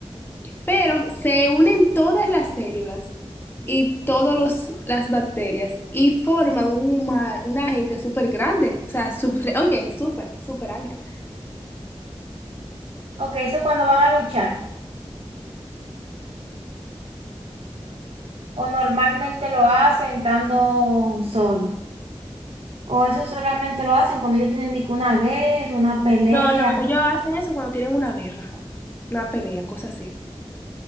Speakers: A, on the left; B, on the right.
A: pero se unen todas las células y todas las bacterias y forman un huma- una gente súper grande, o sea, sup- oye, súper, súper alta.
B: Ok, eso cuando van a luchar. O normalmente lo hacen estando solo. O eso solamente lo hacen cuando ellos tienen dique, una guerra, una pelea.
A: No, no, ellos hacen eso cuando tienen una guerra, una pelea, cosas así.